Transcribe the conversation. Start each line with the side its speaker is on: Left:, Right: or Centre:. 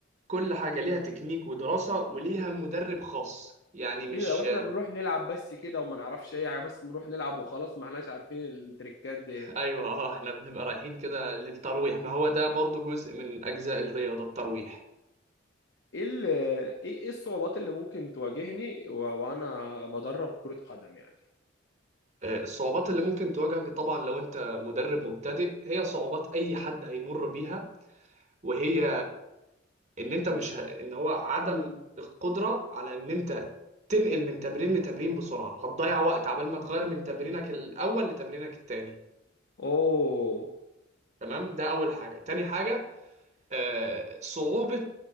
Right: كل حاجه ليها تكنيك ودراسه وليها مدرب خاص يعني مش
Left: ايه ده واحنا
Right: آه،
Left: بنروح نلعب بس كده وما نعرفش اي حاجه بس نروح نلعب وخلاص ما احناش عارفين التريكات دي
Right: ايوه اه احنا بنبقى رايحين كده للترويح ما هو ده برضو جزء من اجزاء الرياضه الترويح
Left: ايه ال... ايه إيه الصعوبات اللي ممكن تواجهني و... وانا بدرب كرة قدم يعني
Right: آه، الصعوبات اللي ممكن تواجهك طبعا لو انت مدرب مبتدئ هي صعوبات اي حد هيمر بيها وهي ان انت مش ه... ان هو عدم القدرة على ان انت تنقل من تمرين لتمرين بسرعة هتضيع وقت عبال ما تغير من تمرينك الاول لتمرينك التاني
Left: اوه
Right: تمام ده اول حاجة تاني حاجة آه، صعوبة